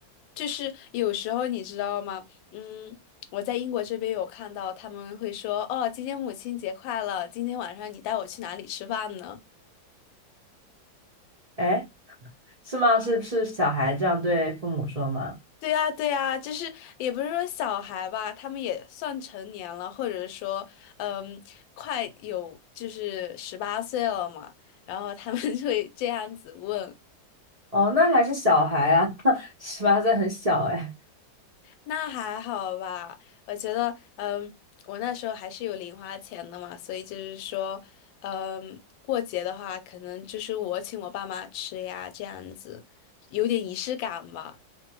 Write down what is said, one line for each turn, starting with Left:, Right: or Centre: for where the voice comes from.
Left: 就是有时候你知道吗？嗯，我在英国这边有看到他们会说，哦，今天母亲节快乐，今天晚上你带我去哪里吃饭呢？
Right: 哎，是吗？是是小孩这样对父母说吗？
Left: 对呀，对呀，就是也不是说小孩吧，他们也算成年了，或者是说，嗯，快有就是十八岁了嘛，然后他们 <laughs> 就会这样子问，
Right: 哦，那还是小孩啊，<laughs> 十八岁很小哎。
Left: 那还好吧？我觉得，嗯，我那时候还是有零花钱的嘛，所以就是说，嗯，过节的话，可能就是我请我爸妈吃呀，这样子有点仪式感吧。